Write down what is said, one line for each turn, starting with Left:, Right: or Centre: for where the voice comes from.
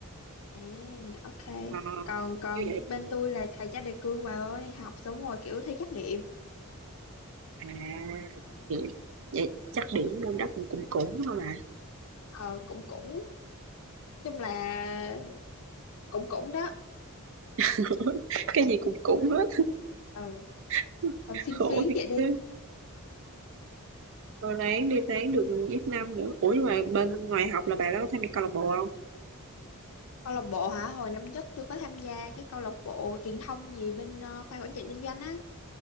Left: À, ok.
Right: Ờ,
Left: Còn còn
Right: như vậy
Left: bên tôi là thầy cho đề cương bà ơi, học xong rồi kiểu thi trắc nghiệm.
Right: à vậy, vậy chắc điểm môn đó cũng cũng cũng thôi mà
Left: Ờ cũng cũng nói chung là cũng cũng đó.
Right: <laughs> cái gì cũng cũng hết
Left: Ừ,
Right: <laughs>
Left: làm phiên
Right: khổ
Left: phiến
Right: thiệt
Left: vậy đi.
Right: cứ rồi ráng đi ráng được ít năm nữa ủa nhưng mà bên ngoài học là bạn đó có tham gia câu lạc bộ không
Left: Câu lạc bộ hả? Hồi năm nhất tôi có tham gia cái câu lạc bộ truyền thông gì bên ờ, khoa quản trị kinh doanh á.